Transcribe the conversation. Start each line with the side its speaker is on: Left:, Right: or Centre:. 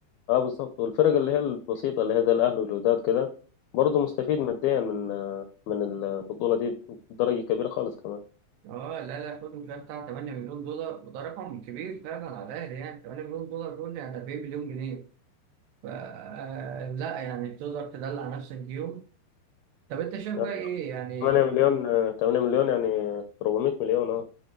Left: اه بالظبط والفرق اللي هي البسيطة اللي هي زي الأهلي والوداد كده برضه مستفيد ماديا من من البطولة دي بدرجة كبيرة خالص كمان
Right: اه لا لا خدوا كده بتاع 8 مليون دولار وده رقم كبير فعلا على الاهلي يعني 8 مليون دولار دول يعني 40 مليون جنيه ف آه، لا يعني تقدر تدلع نفسك بيهم طب انت شايف بقى
Left: يعني
Right: ايه يعني
Left: 8 مليون 8 مليون يعني 400 مليون اه